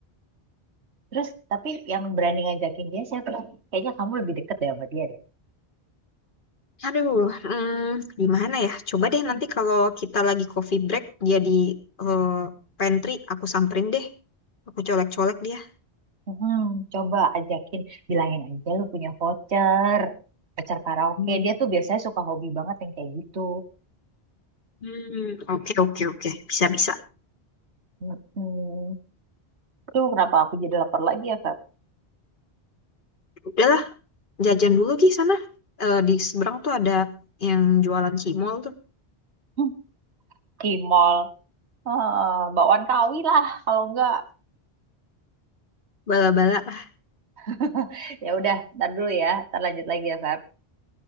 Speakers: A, on the right; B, on the left.
A: terus tapi yang berani ngajakin dia siapa kayaknya kamu lebih deket deh sama dia deh
B: Aduh, hmm, gimana ya? Coba deh nanti kalau kita lagi coffee break jadi eh, pantry, aku samperin deh. Aku colek-colek dia.
A: hmm, coba ajakin bilangin aja lu punya voucher voucher karaoke
B: Hmm.
A: dia tuh biasanya suka hobi banget yang kayak gitu
B: Hmm, oke oke oke, bisa bisa.
A: Hmm, tuh kenapa aku jadi lapar lagi ya, Feb?
B: Udahlah, jajan dulu Gi sana. Eh, di seberang tuh ada yang jualan cimol tuh,
A: Hmm, Di mall. Eh, bakwan kawi lah kalau enggak
B: bala-bala.
A: <laughs> ya udah ntar dulu ya ntar lanjut lagi ya Feb